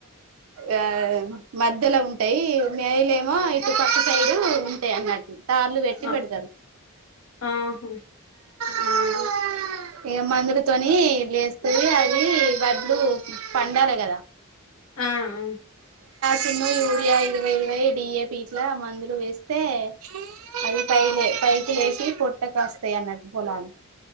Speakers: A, on the right; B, on the left.
A: ఆ మధ్యలో ఉంటాయి మెల్ కేమో ఇటు పక్క సైడ్ ఉంటాయి అన్నట్టు తార్లు పెట్టి
B: ఆ
A: పెడతారు
B: ఆహా
A: ఉమ్ ఇక మందులాతోని లేస్తుంది అది వడ్లు పండాలి కదా
B: ఆ ఆ
A: చిన్నో యూరియా ఇరవై ఇరవై డిఏపి ఇట్లా మందులు వేస్తే అవి పైలే పైకి లేసి పొట్టకస్తాయి అన్నట్టు పొలాలు